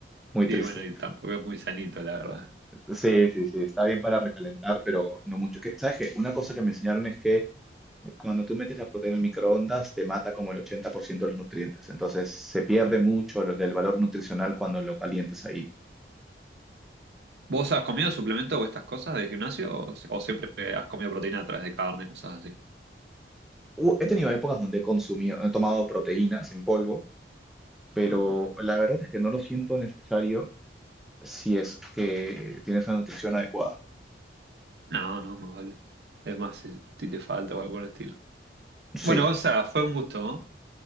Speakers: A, in the centre; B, on the right.
A: muy triste.
B: Sí, bueno, y tampoco es muy sanito, la verdad.
A: Sí, sí, sí, está bien para recalentar, pero no mucho. Que, ¿sabes qué? Una cosa que me enseñaron es que cuando tú metes la proteína en el microondas te mata como el 80% de los nutrientes. Entonces se pierde mucho lo- del valor nutricional cuando lo calientas ahí.
B: ¿Vos has comido suplementos o estas cosas de gimnasio o, si- o siempre has comido proteína a través de carne, cosas así?
A: hu- he tenido épocas donde he consumido, he tomado proteínas en polvo, pero
B: Ajá.
A: la verdad es que no lo siento necesario si es que tienes una nutrición adecuada.
B: No, no, más vale. Es más, si, si te falta o algo por el estilo. Bueno,
A: Sí,
B: Gonza, fue un gusto, ¿no?